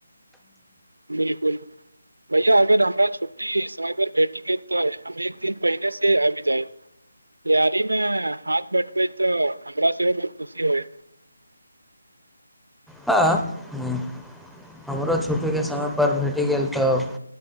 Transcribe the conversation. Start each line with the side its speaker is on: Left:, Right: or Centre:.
Right: बिलकुल भैया अगर हमरा छुट्टी समय पर भेटी गेल तऽ हम एक दिन पहिनेे से आबि जाइब तैयारी मे हाथ बंटबे तऽ हमरा सेहो बहुत खुशी होय
Centre: हँ ह हमरो छुट्टीके समय पर भेटि गेल तऽ